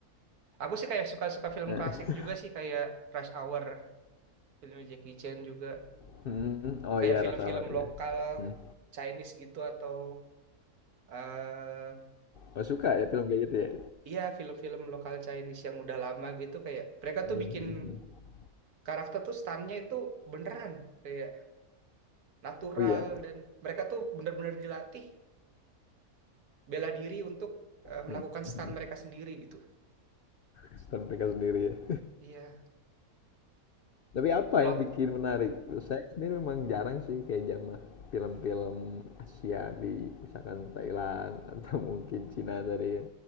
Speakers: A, on the right (about 80°); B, on the left (about 85°).
A: Aku sih kayak suka-suka film
B: Eh,
A: klasik juga sih kayak Rush Hour, filmnya Jackie Chan juga.
B: <laughs> hmm, Oh
A: Kayak
B: iya
A: film-film
B: Rush Hour
A: lokal
B: ya. Hmm.
A: Chinese gitu atau eh
B: Oh suka ya film kayak gitu ya.
A: iya film-film lokal Chinese yang udah lama gitu kayak mereka
B: Hmm,
A: tuh
B: hmm,
A: bikin
B: hmm. hmm.
A: karakter tuh stunnya itu beneran kayak natural
B: Oh iya.
A: dan mereka tuh bener-bener dilatih bela diri untuk eh,
B: Hmm,
A: melakukan
B: hmm.
A: stun
B: hmm.
A: mereka sendiri gitu.
B: Star mereka sendiri ya. <laughs>
A: Iya
B: Tapi apa
A: plot
B: yang bikin menarik? Saya sendiri memang jarang sih kayak jamah film-film Asia di misalkan Thailand <laughs> atau mungkin Cina tadi ya.